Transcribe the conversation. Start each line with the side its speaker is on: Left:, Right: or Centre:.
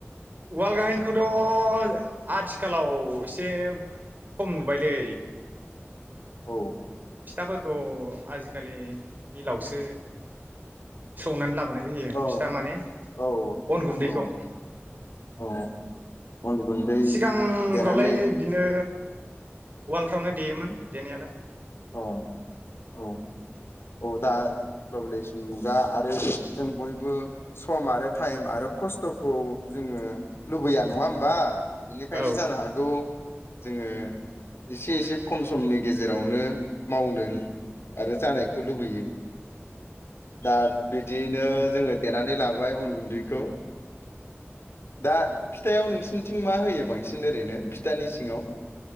Right: उवाल गाहेनखौथ' आथिखालाव एसे खम नुबायलै
Left: औ
Right: फिथाफोरखौ आजि खालि मिलावसो सौनानै लाबोनाय होयो
Left: औ
Right: फिथा माने
Left: औ
Right: अन गुन्दैखौ
Left: औ औ अन गुन्दै
Right: सिगांफ्रावलाय
Left: देनानै
Right: बिदिनो उवाल फ्रावनो देयोमोन देनायालाय
Left: औ औ औ दा ग्लबेलायजेसन मुगा आरो जों बयबो सम आरो टाइम आरो खस्थ'खौ जोङो लुबैया नङा होमबा। बिनिखायनो
Right: औ
Left: जानो हागौ। जोङो एसे एसे खम समनि गेजेरावनो मावनो आरो जानायखौ खौ लुबैयो दा बिदिनो जोङो देनानै लाबाय अन गुन्दैखौ दा फिथायाव नोंसिनिथिं मा होयो बांसिन ओरैनो फिथानि सिङाव